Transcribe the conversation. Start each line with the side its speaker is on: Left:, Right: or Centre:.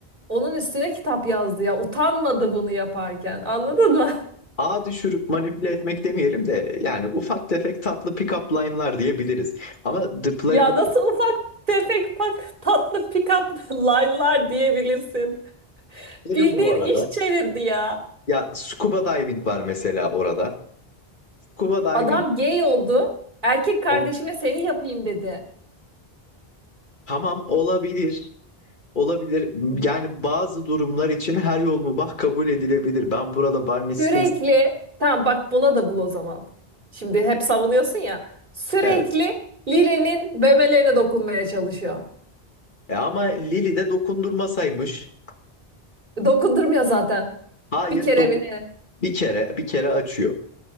Right: Onun üstüne kitap yazdı ya. Utanmadı bunu yaparken. Anladın mı? <laughs>
Left: Ağa düşürüp manipüle etmek demeyelim de yani ufak tefek tatlı pick-up line'lar diyebiliriz. Ama The Playbook'u
Right: Ya nasıl ufak tefek bak tatlı pick-up <laughs> line'lar diyebilirsin.
Left: derim
Right: Bildiğin
Left: bu arada.
Right: iş çevirdi ya.
Left: Ya scuba diving var mesela orada. Scuba
Right: Adam
Left: diving
Right: gay oldu. Erkek kardeşime
Left: evet.
Right: seni yapayım dedi.
Left: tamam olabilir. Olabilir. Yani bazı durumlar için her yol mubah kabul edilebilir. Ben burada Barney Stinson.
Right: Sürekli tamam bak buna da bul o zaman. Şimdi hep savunuyorsun ya. Sürekli
Left: Evet.
Right: Lili'nin memelerine dokunmaya çalışıyor.
Left: E ama Lily de dokundurmasaymış.
Right: Dokundurmuyor zaten.
Left: Hayır,
Right: Bir kere
Left: dokun
Right: mi ne?
Left: bir kere bir kere açıyor.